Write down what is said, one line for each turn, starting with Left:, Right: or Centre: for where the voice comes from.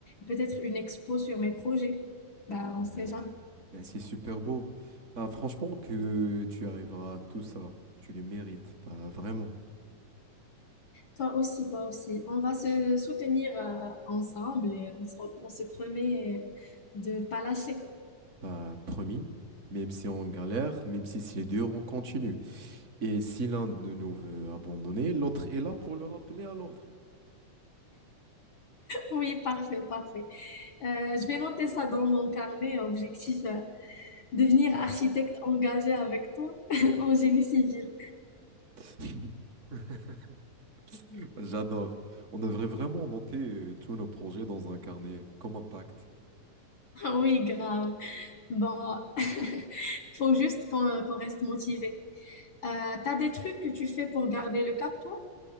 Left: peut-être une expo sur mes projets. Ben, on
Right: Euh,
Left: sait jamais.
Right: Mais c'est super beau. Ah, franchement, que tu arriveras à tout ça, tu le mérites. Bah, vraiment.
Left: Toi aussi, toi aussi. On va se soutenir, euh, ensemble et on se, on se promet de pas lâcher. <laughs>
Right: Bah, promis, même si on galère, même si c'est dur, on continue. Et si l'un de nous veut abandonner, l'autre est là pour le rappeler à l'ordre.
Left: Oui, parfait, parfait. Euh, je vais noter ça dans mon carnet. Objectif, euh, devenir architecte engagé avec toi <laughs> en génie civil.
Right: <laughs> J'adore. On devrait vraiment noter euh, tous nos projets dans un carnet, comme un pacte.
Left: <laughs> Oui, grave. Bon, <laughs> faut juste qu'on qu'on reste motivé. Euh, t'as des trucs que tu fais pour garder le cap, toi?